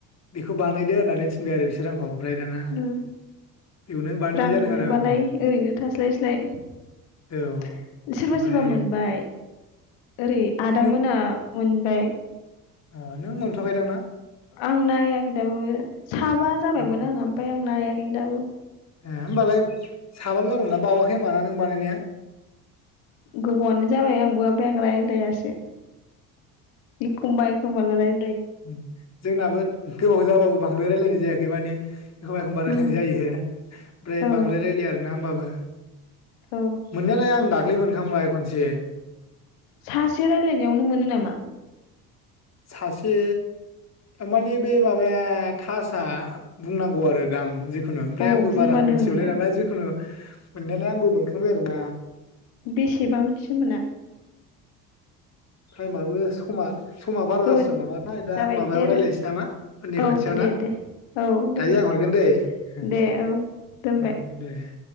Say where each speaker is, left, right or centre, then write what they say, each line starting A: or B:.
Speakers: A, on the left; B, on the left.
A: बेखौ बानायदो होननानै थिनबाय आरो बिसोर आंखौ। ओमफ्राय दाना
B: ओ
A: बेयावनो बानायनाय
B: रां
A: जादों
B: मोनोबालाय
A: आरो आंबो
B: ओरैनो थास्लायस्लाय सोरबा
A: औ ओमफ्राय
B: सोरबा मोनबाय। ओरै आदा
A: नों
B: मोना मोनबाय। <inaudible>
A: अ नों मोनथ'आखै दां ना?
B: आं नायाखै दाबो साबा जाबायमोन
A: ए
B: आङो ओमफाय आं नायाखैनो दाबो।
A: ए होमबालाय साबाल' जादोंना। बावाखै होमबा ना नों बानायनाया?
B: गोबावानो जाबाय आंबो ओमफाय आं रायज्लायासो। एखमबा एखमबा ल' लाय
A: उम जोंनाबो गोबाव जाबाबो बांद्राय रायलायनाय जायाखै माने एखमबा एखमबा रायलायनाय
B: उम
A: जायो ओमफ्राय
B: औ
A: बांद्राय रायलाया आरो ना होनबाबो।
B: औ
A: मोननायालाय आं दाख्लै मोनखांबाय खनसे।
B: सासे रायलायनायावनो मोनो नामा?
A: सासे माने बे माबाया थासआ बुंनांगौ आरो दां जि ओ ओमफ्राय
B: अ
A: आंबो
B: बुंबानो
A: बारा मोन्थिजुबलाय
B: मोनो
A: लांला जिखुनु मोननायालाय आंबो मोनखांबाय आरो ना।
B: बेसेबांसो मोना?
A: टाइमाबो समा समा बारा
B: औ
A: जासिगोन नामाथाय दा
B: जाबाय
A: माबायाव
B: दे आरो
A: रायज्लायनोसै नामा उननि
B: औ
A: खनसेयाव
B: दे
A: ना
B: दे औ दे
A: दायो आं हरगोन दैे हो
B: दे औ दोनबाय
A: हो दे <inaudible>